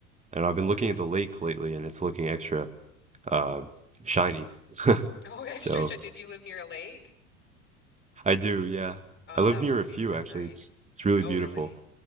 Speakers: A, on the right; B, on the left.
A: and I've been looking at the lake lately, and it's looking extra uh shiny.
B: Oh, <laughs> extra
A: So
B: shit. Did you live near a lake?
A: I do, yeah.
B: Oh,
A: I live
B: that
A: near
B: must
A: a
B: be
A: few
B: so
A: actually.
B: nice.
A: It's it's really
B: Oh,
A: beautiful.
B: really?